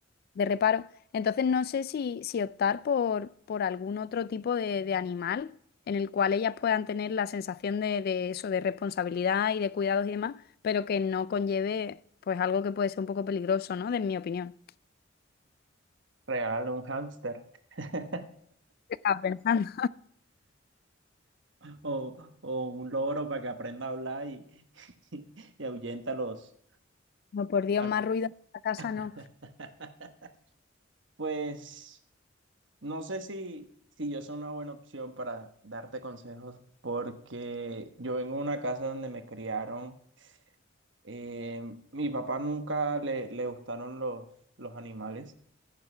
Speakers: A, on the left; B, on the right.
A: de reparo. Entonces no sé si, si optar por, por algún otro tipo de, de animal en el cual ellas puedan tener la sensación de, de eso, de responsabilidad y de cuidados y demás, pero que no conlleve pues algo que puede ser un poco peligroso, ¿no? De mi opinión.
B: regálale un hámster <laughs>
A: ¿Qué estaba pensando?
B: o, o un loro para que aprenda a hablar y, <laughs> y ahuyenta a los...
A: No, por Dios,
B: a
A: más
B: lo-
A: ruido en esta casa
B: <laughs>
A: no.
B: Pues no sé si, si yo soy una buena opción para darte consejos porque yo vengo de una casa donde me criaron, eh, mi papá nunca le, le gustaron los, los animales.